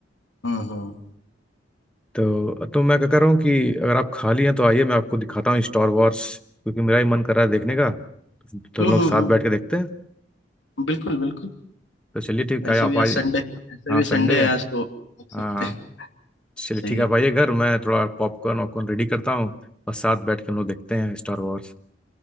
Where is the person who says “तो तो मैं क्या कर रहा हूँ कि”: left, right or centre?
Centre